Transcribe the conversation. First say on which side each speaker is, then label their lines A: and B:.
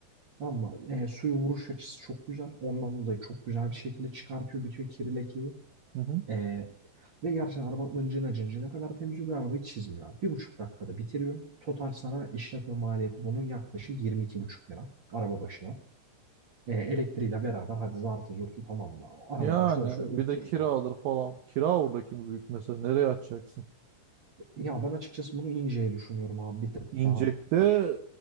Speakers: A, on the right (about 55°); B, on the right (about 85°).
A: Ama e, suya vuruş açısı çok güzel. Ondan dolayı çok güzel bir şekilde çıkartıyor bütün kiri lekeyi.
B: Hı hı.
A: E, ve gerçekten araba ıncına cıncına kadar temiz bir arabayı çizmiyor. abi. Bir buçuk dakikada bitiriyor. Total sana işletme maliyeti bunun yaklaşık yirmi iki buçuk lira araba başına. E, elektriğiyle beraber hadi zartı zurtu tamam mı? Araba
B: Yani
A: başı olsun 30
B: bir de kira
A: lira.
B: falan. Kira oradaki mi büyük mesela. Nereye açacaksın?
A: Ya ben açıkçası bunu inceye düşünüyorum abi bir tık
B: İncek'te
A: daha.